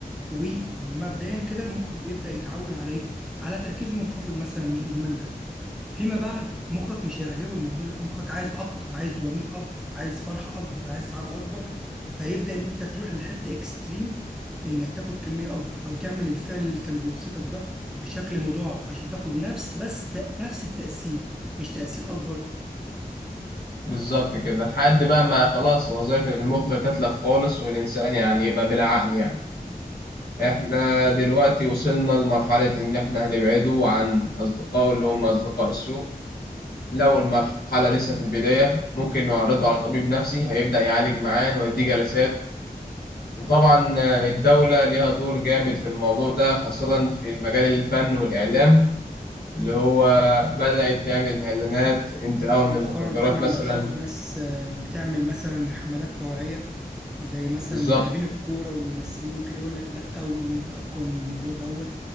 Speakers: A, in the centre; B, on the left.
A: ومبدئيا كده مخك بيبدا يتعود عليه على تركيز منخفض مثلا من الادمان ده فيما بعد مخك مش هيعجبه الموضوع ده مخك عايز اكتر عايز دوبامين اكبر عايز فرحه اكبر عايز سعاده اكبر فهيبدا ان انت تروح لحته اكستريم في انك تاخد كميه اكبر او تعمل الفعل اللي كان بيبسطك ده بشكل مضاعف عشان تاخد نفس بس ت- نفس التاثير مش تاثير اكبر
B: بالظبط كده لحد بقى ما خلاص وظائف المخ تتلف خالص والإنسان يعني يبقى بلا عقل يعني احنا دلوقتي وصلنا لمرحلة إن احنا هنبعده عن أصدقائه اللي هم أصدقاء السوء لو المرحلة لسه في البداية ممكن نعرضه على طبيب نفسي هيبدأ يعالج معاه ويديه جلسات وطبعا آه، الدولة ليها دور جامد في الموضوع ده خاصة في المجال الفن والإعلام اللي هو بدأت تعمل إعلانات انتقاء من
A: مؤخرا
B: المخدرات
A: فعلا
B: مثلا
A: بتشوف ناس آه، بتعمل مثلا حملات توعيه زي مثلا
B: بالظبط
A: لاعبين الكوره والممثلين وكده يقول لك لا وانت اقوى من الموضوع دوت